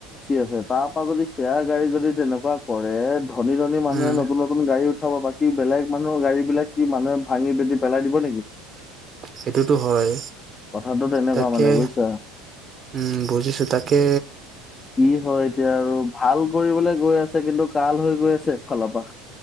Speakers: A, on the left (about 30°); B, on the right (about 35°).
A: আছে তাৰ পৰাা যদি শ্বেয়াৰ গাড়ী যদি তেনেকুৱা কৰে। ধনী, ধনী মানুহ
B: উম
A: নতুন, নতুন গাড়ী উঠাব বাকী বেলেগ মানুৰ গাড়ী বিলাক কি মানুহে ভাঙি পেটি পেলাই দিব নেকি।
B: সেইটোতো হয়
A: কথাটো তেনেকুৱা
B: তাকে
A: মানে বুজিছা।
B: উম বুজিছো তাকে
A: কি হয় এতিয়া আৰু ভাল কৰি গৈ আছে কিন্তু কাল হৈ গৈ আছে ফালৰ পৰা।